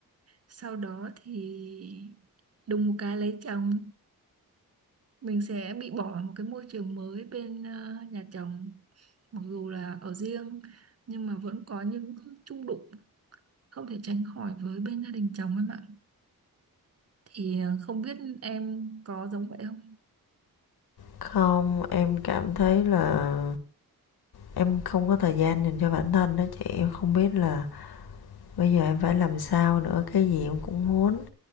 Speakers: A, on the right (about 40°); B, on the left (about 80°).
A: sau đó thì đùng một cái lấy chồng mình sẽ bị bỏ một cái môi trường mới bên ờ, nhà chồng mặc dù là ở riêng nhưng mà vẫn có những chung đụng không thể tránh khỏi với bên gia đình chồng em ạ thì ờ, không biết em có giống vậy không
B: Không, em cảm thấy là em không có thời gian dành cho bản thân đó chị, em không biết là bây giờ em phải làm sao nữa, cái gì em cũng muốn.